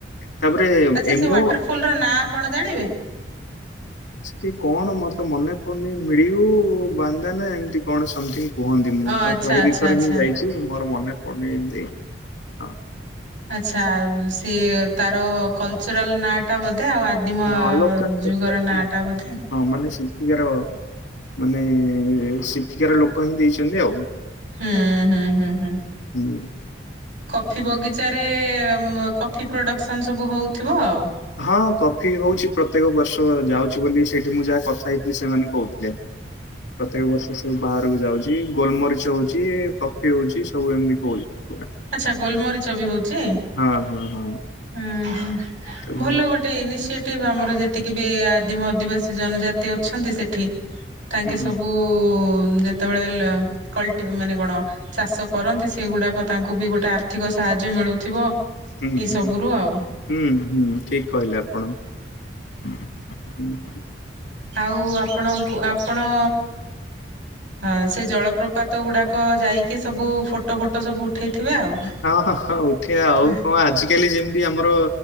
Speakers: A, on the left; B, on the right.
A: ତାପରେ
B: ଆଛା
A: ଏମୋ
B: ସେ ୱାଟରଫଲର ନାଁ କଣ ଜାଣିବେ
A: ସେଠି କଣ ମୋର ତ ମନେ ପଡୁନି ମିଡିଉ ବାନ୍ଦାନା ଏମିତି କଣ ସମଥିଙ୍ଗ କୁହନ୍ତି ମୁଁ
B: ଓ
A: ତ
B: ଆଚ୍ଛା
A: ଥରେ
B: ଆଚ୍ଛା
A: ଦୁଇ ଥର
B: ଆଚ୍ଛା
A: ହିଁ ଯାଇଛି ମୋର ମନେ ପଡୁନି ଏମିତି ହଁ
B: ଆଛା ଆଉ ସିଏ ତାର କଲଚରାଲ ନା ଟା ବୋଧେ ଆଉ ଆଦିମ
A: ହଁ ଲୋକାଲ
B: ଯୁଗର ନାଁ ଟା ବୋଧେ
A: ହଁ ମାନେ ସେଠିକାର ମାନେ ସେଠିକାର ଲୋକ ହିଁ ଦେଇଛନ୍ତି ଆଉ
B: ହୁଁ ହୁଁ ହୁଁ ହୁ
A: ହୁଁ
B: କଫି ବଗିଚାରେ ମ କଫି ପ୍ରଡ଼କ୍ସନ୍ ସବୁ ହଉଥିବ ଆଉ
A: ହଁ କଫି ହଉଛି ପ୍ରତ୍ୟେକ ବର୍ଷ ଯାଉଛି ବୋଲି ସେଠି ମୁଁ ଯାହା କଥା ହେଇଥିଲି ସେମାନେ କହୁଥିଲେ
B: ହ୍ୟ <inaudible>
A: ପ୍ରତ୍ୟେକ ବର୍ଷ ସେ ବାହାରକୁ ଯାଉଛି ଗୋଲମରିଚ ହଉଛି କଫି ହଉଛି ସବୁ ଏମିତି ହେଉଚି
B: ଆଛା ଗୋଲମରିଚ ବି ହଉଛି
A: ହଁ ହ ହଁ
B: ହୁଁ ହଁ
A: ସବୁ
B: ଭଲ ଗୋଟେ ଟେ ଇନିସିଏଟିଭ ଆମର ଯେତିକି ବି ଆଦିମ ଆଦିବାସୀ ଜନଜାତି ଅଛନ୍ତି ସେଠି ତାଙ୍କେ
A: ହୁଁ।
B: ସବୁ ଯେତେବେଳେ ଲ ଖଲ୍ଟି ମାନେ କଣ ଚାଷ କରନ୍ତି ସେଗୁଡାକ ତାଙ୍କୁ ବି ଗୋଟେ ଆର୍ଥିକ ସାହାର୍ଯ୍ୟ ମିଳୁଥିବ
A: ହୁଁ ହୁଁ
B: ଏଇ ସବୁରୁ ଆଉ
A: ହୁଁ ହୁଁ ଠିକ୍ କହିଲେ ଆପଣ ହୁଁ <inaudible>
B: ଆଉ ଆପଣଙ୍କୁ ଆପଣଅ ହଁ ସେ ଜଳପ୍ରପାତ ଗୁଡାକ ଯାଇକି ସବୁ ଫଟୋ ଫଟୋ ସବୁ ଉଠେଇଥିବେ ଆଉ
A: ହଁ ହଁ ହଁ ଉଠିବା ଆଉ
B: ହଁ
A: କଣ ଆଜି କାଲି ଯେମିତି ଆମର